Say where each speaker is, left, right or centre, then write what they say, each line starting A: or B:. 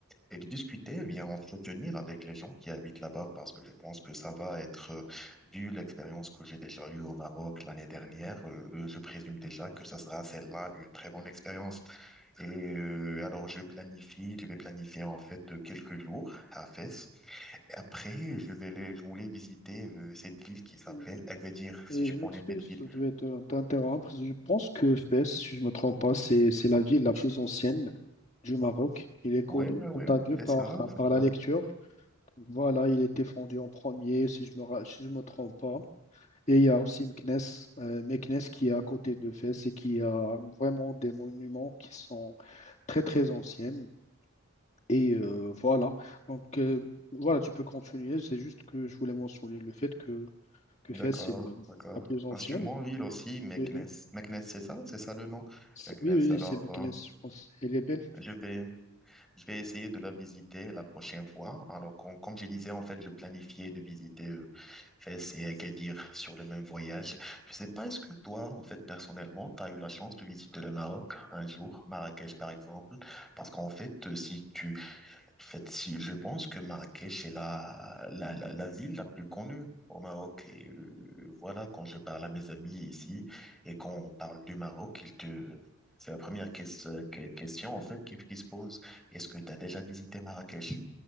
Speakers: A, in the centre; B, on the left (about 30°).
A: et de discuter, bien entretenir avec les gens qui habitent là-bas, parce que je pense que ça va être, euh, vu l'expérience que j'ai déjà eue au Maroc l'année dernière, euh, euh, je présume déjà que ça sera celle-là une très bonne expérience. Et euh, alors, je planifie, je vais planifier en fait euh, quelques jours à Fès. Et après, je vais, les- je voulais visiter euh, cette ville qui s'appelle
B: oui.
A: Agadir, si
B: Et
A: tu
B: je
A: connais
B: m'excuse,
A: cette ville.
B: je vais te- t'interrompre. Je pense que Fès, si je ne me trompe pas, c'est c'est la ville la plus ancienne du Maroc. Il est connu,
A: Ouais, ouais, ouais,
B: quant à Dieu,
A: c'est
B: par,
A: ça, c'est
B: par
A: ça.
B: la lecture. Donc voilà, il était fondé en premier, si je me, ra- si je me trompe pas. Et il y a aussi Meknès, euh, Meknès qui est à côté de Fès et qui a vraiment des monuments qui sont très, très anciens. Et euh, voilà. Donc euh, voilà, tu peux continuer. C'est juste que je voulais mentionner le fait que, que
A: D'accord,
B: Fès, c'est le-
A: d'accord.
B: la plus ancienne.
A: Ah, c'est une bonne ville aussi, Meknès.
B: Oui, oui.
A: Meknès, c'est ça, c'est ça le nom.
B: C'est-
A: Meknès.
B: Oui, oui,
A: Alors,
B: c'est Meknès,
A: euh,
B: je pense. Elle est belle.
A: je vais, je vais essayer de la visiter la prochaine fois. Alors, com- comme je disais, en fait, je planifiais de visiter euh, Fès et Agadir sur le même voyage. Je sais pas, est-ce que toi, en fait, personnellement, tu as eu la chance de visiter le Maroc un jour, Marrakech par exemple? Parce qu'en fait, euh, si tu En fait, si, je pense que Marrakech est la, la, la, la ville la plus connue au Maroc. Et euh, voilà, quand je parle à mes amis ici et quand on parle du Maroc, ils te... c'est la première ques- que- question en fait qui, qui se pose. Est-ce que tu as déjà visité Marrakech?